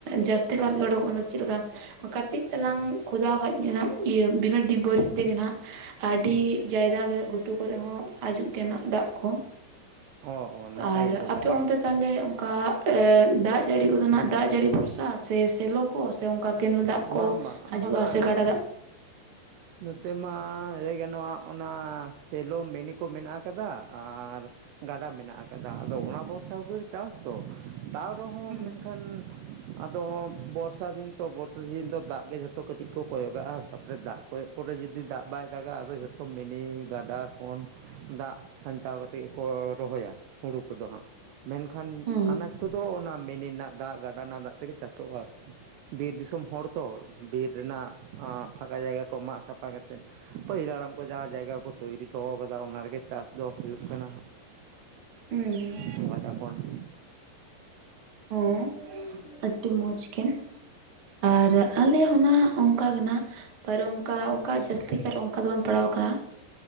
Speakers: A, on the right; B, on the right.
A: ᱡᱟᱹᱥᱛᱤ ᱠᱟᱨ ᱜᱮ ᱚᱰᱚ ᱠᱚᱜ ᱠᱟᱱ ᱫᱚ ᱪᱮᱫ ᱞᱮᱠᱟ ᱠᱟᱹᱴᱤᱡ ᱛᱟᱞᱟᱝ
B: ᱦᱩᱸ
A: ᱠᱷᱚᱫᱟᱣ ᱠᱷᱟᱡ--‌ ᱜᱮ ᱱᱟᱦᱟᱸᱜ ᱤᱭᱟᱹ ᱵᱤᱱᱟᱹ ᱰᱤᱵ ᱵᱳᱭᱨᱤᱝ ᱛᱮᱜᱮ ᱱᱟᱦᱟᱜ ᱟᱹᱰᱤ ᱡᱟᱭᱜᱟ ᱜᱮ ᱜᱷᱩᱴᱩ ᱠᱚᱨᱮᱜ ᱦᱚᱸ ᱦᱟᱡᱩᱜ ᱜᱮ ᱱᱟᱦᱟᱸᱜ ᱫᱟᱜ ᱠᱚ᱾
B: ᱚ ᱚ ᱱᱟᱯᱟᱭ
A: ᱟᱨ
B: ᱜᱮᱛᱚ ᱛᱟᱦᱚᱞᱮ
A: ᱟᱯᱮ ᱚᱱᱛᱮ ᱛᱟᱦᱚᱞᱮ ᱚᱱᱠᱟ ᱫᱟᱜ ᱡᱟᱹᱲᱤ ᱠᱚᱫᱚ ᱱᱟᱦᱟᱸᱜ ᱫᱟᱜ ᱡᱟᱹᱲᱤ ᱵᱷᱚᱨᱥᱟ ᱥᱮ ᱥᱮᱞᱚ ᱠᱚ ᱥᱮ ᱚᱱᱠᱟ ᱠᱮᱱᱮᱞ ᱫᱟᱜ
B: ᱵᱟᱝ
A: ᱠᱚ
B: ᱵᱟᱝ
A: ᱦᱟᱡᱩᱜᱼᱟ
B: ᱵᱟᱝᱟ
A: ᱥᱮ
B: ᱱᱚᱛ
A: ᱜᱟᱰᱟ ᱫᱟᱜ
B: ᱱᱚᱛᱮ ᱢᱟ ᱞᱟᱹᱭ ᱜᱟᱱᱚᱜᱼᱟ ᱚᱱᱟ ᱥᱮᱞᱚ ᱢᱤᱱᱤ ᱠᱚ ᱢᱮᱱᱟᱜ ᱠᱟᱫᱟ᱾ ᱟᱨ ᱜᱟᱰᱟ ᱢᱮᱱᱟᱜ ᱠᱟᱫᱟ ᱟᱫᱚ ᱚᱱᱟ ᱵᱚᱨᱥᱟ <inaudible> ᱜᱮ ᱪᱟᱥ ᱫᱚ᱾ ᱛᱟᱣ ᱨᱮᱦᱚᱸ
A: ᱦᱩᱸ
B: ᱢᱮᱱᱠᱷᱟᱱ ᱟᱫᱚ ᱵᱚᱨᱥᱟ ᱫᱤᱱ ᱛᱚ ᱵᱚᱨᱥᱟ ᱥᱤᱡᱤᱱ ᱫᱚ ᱫᱟᱜ ᱜᱮ ᱡᱷᱚᱛᱚ ᱠᱟᱹᱴᱤᱡ ᱠᱚ ᱠᱚᱭᱚᱜᱟᱜᱼᱟ ᱛᱟᱯᱚᱨᱮ ᱫᱟᱜ ᱠᱚᱭᱚᱜ ᱯᱚᱨᱮ ᱡᱩᱫᱤ ᱫᱟᱜ ᱵᱟᱭ ᱫᱟᱜᱟ ᱟᱫᱚ ᱡᱷᱚ ᱫᱚ ᱢᱤᱱᱤ ᱜᱟᱰᱟ ᱠᱷᱚᱱ ᱫᱟᱜ ᱥᱟᱧᱪᱟᱣ ᱠᱟᱛᱮᱜ ᱜᱮᱠᱚ ᱨᱚᱦᱚᱭᱟ ᱦᱩᱲᱩ ᱠᱚᱫᱚ ᱦᱟᱸᱜ᱾ ᱢᱮᱱᱠᱷᱟᱱ
A: ᱦᱩᱸ
B: ᱟᱱᱟᱪ ᱠᱚᱫᱚ ᱚᱱᱟ ᱢᱤᱱᱤ ᱨᱮᱱᱟᱜ ᱫᱟᱜ ᱜᱟᱰᱟ ᱨᱮᱱᱟᱜ ᱫᱟᱜ ᱛᱮᱜᱮ ᱪᱟᱥᱚᱜᱼᱟ ᱟᱨᱠᱤ᱾ ᱵᱤᱨ ᱫᱤᱥᱚᱢ ᱦᱚᱲ ᱛᱚ ᱵᱤᱨ ᱨᱮᱱᱟᱜ ᱯᱷᱟᱸᱠᱟ ᱡᱟᱭᱜᱟ ᱠᱚ ᱢᱟᱜ ᱥᱟᱯᱷᱟ ᱠᱟᱛᱮᱫ ᱯᱟᱹᱦᱤᱞ ᱦᱟᱲᱟᱢ ᱠᱚ ᱡᱟᱦᱟᱸ ᱡᱟᱭᱜᱟ ᱠᱚ ᱛᱳᱭᱨᱤ ᱦᱚᱴᱚᱣ ᱠᱟᱫᱟ ᱚᱱᱟ ᱨᱮᱜᱮ ᱪᱟᱥ ᱫᱚ ᱦᱩᱭᱩᱜ ᱠᱟᱱᱟ᱾
A: ᱦᱩᱸ
B: ᱜᱟᱵᱟ ᱠᱷᱚᱱ᱾
A: ᱦᱚᱸ ᱟᱹᱰᱤ ᱢᱚᱡᱽ ᱜᱮ ᱟᱨ ᱟᱞᱮ
B: ᱚ
A: ᱦᱚᱸ ᱱᱟᱦᱟᱜ ᱚᱝ ᱚᱱᱠᱟ ᱜᱮ ᱱᱟᱦᱟᱸᱜ ᱯᱟᱨ ᱚᱱᱠᱟ ᱚᱱᱠᱟ ᱡᱟᱹᱥᱛᱤ ᱠᱟᱨ ᱚᱱᱠᱟ ᱫᱚ ᱵᱟᱝ ᱯᱟᱲᱟᱣ ᱠᱟᱱᱟ᱾